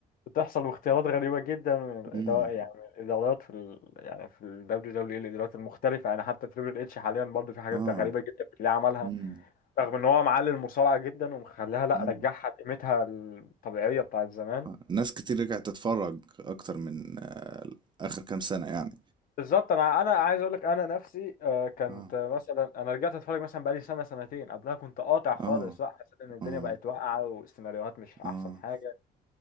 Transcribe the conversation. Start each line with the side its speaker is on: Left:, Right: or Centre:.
Left: بتحصل واختيارات غريبه جدا من الاداره
Right: امم
Left: يعني من الادارات في ال... يعني في الدبليو دبليو اي الادارات المختلفه يعني حتى تريبل اتش حاليا برضه في حاجات
Right: اه
Left: غريبه جدا بتلاقيه عملها
Right: امم
Left: رغم ان هو معلي المصارعه جدا ومخليها لا
Right: امم
Left: رجعها لقيمتها الطبيعيه بتاعت زمان
Right: آه. ناس كتير رجعت تتفرج اكتر من آه اخر كام سنة يعني
Left: بالظبط انا انا عايز اقول لك انا نفسي آه، كنت
Right: اه
Left: آه، مثلا انا رجعت اتفرج مثلا بقالي سنه سنتين قبلها كنت قاطع خالص
Right: اه
Left: لا حسيت ان الدنيا
Right: اه
Left: بقت واقعه والسيناريوهات مش احسن
Right: اه
Left: حاجه